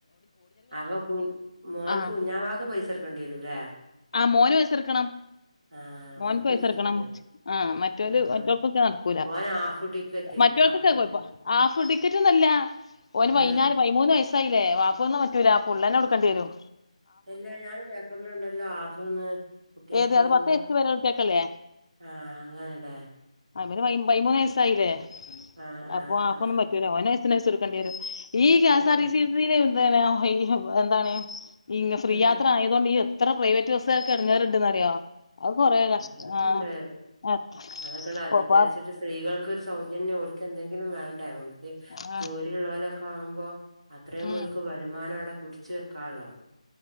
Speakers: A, on the right; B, on the left.
A: ആഹ് അപ്പൊ കുഞ് മോൻക്ക്
B: ആഹ്
A: കുഞ്ഞാവാക്ക് പൈസട്ക്കണ്ട്യരും ലേ.
B: ആഹ് മോന് പൈസട്ക്കണം.
A: ആഹ്
B: മോൻക്ക്‌
A: ഓൻക്ക്
B: പൈസട്ക്കണം
A: പൈസ എടുക്കേണ്ടി വരും
B: ആഹ് മറ്റൊൻ്റ്
A: ആഹ്
B: മറ്റൊക്കൊക്കെ നട്ക്കൂല.
A: ഓൻ ഹാഫ് ടിക്കറ്റ്
B: മറ്റോൽക്കൊക്ക
A: ഹാഫ്
B: അ
A: ടിക്കറ്റ്
B: കോയ്പ്പ ഹാഫ് ടിക്കറ്റൊന്നല്ല. ഒന്
A: ആഹ്
B: പൈനാല് പൈമൂന്ന് വയ്സ്സായിലേ ഹാഫൊന്നും പറ്റൂലാ ഫുള്ളന്നെ കൊട്ക്കണ്ട്യരും.
A: എല്ലാ ഞാന് പേപ്പറിൽണ്ടല്ലോ ഹാഫ്ന്ന് കുട്ട്യക്ക്
B: ഏത് അത്
A: ‌അഎന്തോ.
B: പത്ത് വയസ്സ് വരെ കുട്ടികൾക്കല്ലേ
A: ആഹ് അങ്ങനലേ.
B: അവന് പൈ പൈമൂന്ന് വയ്സ്സായിലേ.
A: ആഹ് ആഹ്.
B: അപ്പൊ ഹാഫൊന്നും
A: ആഹ്
B: പറ്റൂല ഓന് എസ്സിന് പൈസൊട്ക്കണ്ട്യരും ഈ കെ
A: ഉം
B: എസ് ആർ ടി സി ല്. ന്തേറ്യേ ഈപ്പ എന്താണ് ഈങ്ങ ഫ്രീ
A: ആഹ്
B: യാത്ര ആയതോണ്ട് ഈ. ത്ര പ്രൈവറ്റ് ബസ്സ്കാർക്ക് എട്ങ്ങേറ്ണ്ട്ന്നറ്യോ. അഹ് കൊറേ കഷ്
A: അതൊക്കെണ്ട്
B: ആഹ് എ
A: അതൊക്കെണ്ട് അത്
B: പോപ്പ.
A: വിചാരിച്ചിട്ട് സ്ത്രീകൾക്കൊരു സൗജന്യം ഓര്ക്കെന്തെങ്കിലും വേണ്ടേ ഓൽക്ക്
B: ആ
A: ജോലി ഇള്ളോലൊക്കാവുമ്പോ. അത്രേം
B: ഉം
A: ഓൽക്ക്‌ വരുമാനം അടെ പിടിച്ചു വെക്കാലോ